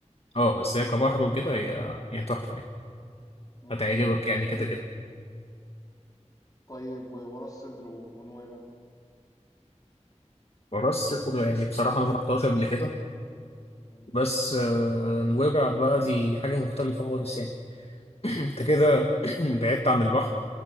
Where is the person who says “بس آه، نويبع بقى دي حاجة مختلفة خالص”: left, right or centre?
Left